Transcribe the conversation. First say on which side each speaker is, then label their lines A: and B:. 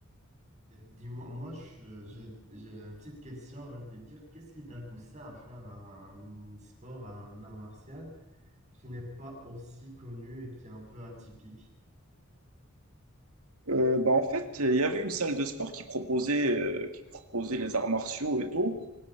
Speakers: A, on the right; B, on the right.
A: Et Dis-moi, moi, je- j'ai j'ai une petite question avant de te dire, qu'est-ce qui t'a poussé à faire un sport, un art martial? qui n'est pas aussi connu et qui est un peu atypique.
B: Euh, bah, en fait, il y avait une salle de sport qui proposait, euh, qui proposait les arts martiaux et tout.